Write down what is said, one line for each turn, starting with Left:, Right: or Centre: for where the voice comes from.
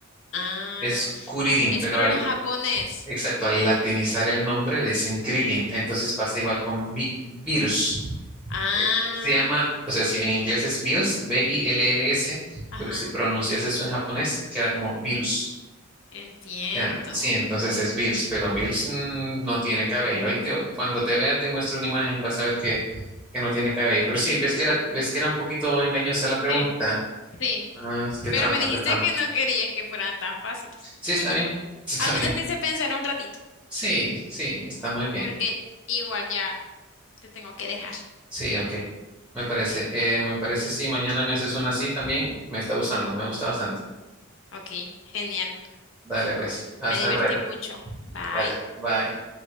Left: Ah,
Centre: Es Kuririn,
Left: es
Centre: pero
Left: por
Centre: al,
Left: el japonés.
Centre: exacto, al latinizar el nombre le dicen Krillin. Entonces pasa igual con Bi- Beers.
Left: Ah,
Centre: Eh, Él se llama, o sea, si en inglés es Bills, B-I-L-L-S,
Left: ajá,
Centre: pero si pronuncias eso en japonés, queda como virus.
Left: entiendo.
Centre: Ya, sí, entonces es Bills, pero Bills mm, no tiene cabello. Ahí te- cuando te vea, te muestro una imagen, vas a ver que, que no tiene cabello. Pero sí, ves que era, ves que era un poquito engañosa la pregunta.
Left: Sí, sí.
Centre: Ah, qué
Left: Pero
Centre: trampa,
Left: me dijiste
Centre: qué trampa.
Left: que no querías que fueran tan fáciles.
Centre: Sí, está bien, <laughs> sí, está
Left: Al
Centre: bien.
Left: menos te hice pensar un ratito,
Centre: Sí, sí, está muy bien.
Left: porque igual ya te tengo que dejar.
Centre: Sí, ok. Me parece, Eh, me parece, sí, mañana me haces una así también, me está gustando, me gusta bastante.
Left: Ok, genial.
Centre: Dale pues, hasta
Left: Me divertí
Centre: luego.
Left: mucho. Bye.
Centre: Dale, bye.